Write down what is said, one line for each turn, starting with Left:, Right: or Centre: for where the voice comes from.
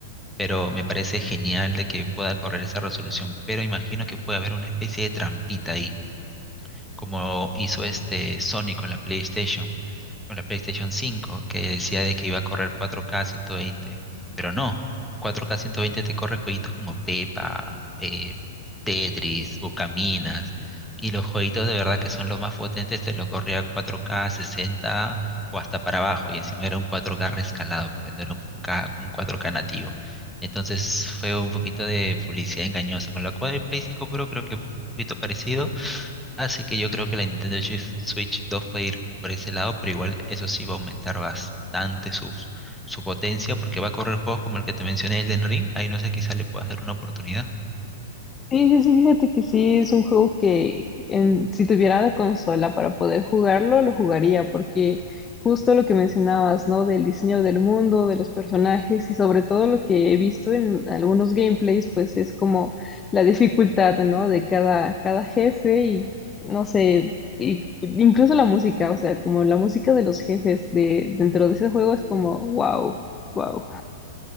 Centre: pero me parece genial de que pueda correr esa resolución, pero imagino que puede haber una especie de trampita ahí, como hizo este Sony con la PlayStation, con la PlayStation 5, que decía de que iba a correr 4K 120, pero no, 4K 120 te corre jueguitos como Pepa, eh, Tetris o Caminas, y los jueguitos de verdad que son los más potentes te lo corría 4K 60 o hasta para abajo, y encima era un 4K rescalado, porque no era un, K- un 4K nativo. Entonces fue un poquito de publicidad engañosa, con la cual el Play 5 Pro creo que un poquito parecido, Así que yo creo que la Nintendo Switch Switch 2 puede ir por ese lado, pero igual eso sí va a aumentar bastante su su potencia porque va a correr juegos como el que te mencioné, el Elden Ring. Ahí no sé, quizá le pueda hacer una oportunidad.
Left: Sí, sí, sí, fíjate que sí, es un juego que en- si tuviera la consola para poder jugarlo, lo jugaría, porque justo lo que mencionabas, ¿no? Del diseño del mundo, de los personajes y sobre todo lo que he visto en algunos gameplays, pues es como la dificultad, ¿no? De cada, cada jefe y, no sé, y incluso la música, o sea, como la música de los jefes de, dentro de ese juego es como, wow, wow.